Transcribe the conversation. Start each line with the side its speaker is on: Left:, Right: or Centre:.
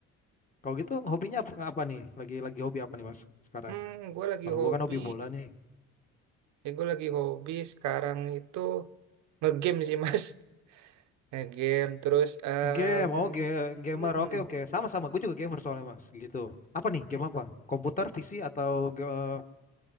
Left: Kalau gitu hobinya apa, apa nih? Lagi lagi hobi apa nih Mas sekarang?
Right: hmm, gue lagi
Left: Kalau
Right: hobi,
Left: gue kan hobi bola nih.
Right: ya gue lagi hobi sekarang itu ngegame sih mas, <laughs> ngegame terus em,
Left: Game, oh ga- gamer,
Right: mm,
Left: oke oke, sama-sama. Gue juga gamer soalnya mas, gitu. Apa nih game apa? Komputer, PC atau ge- eh,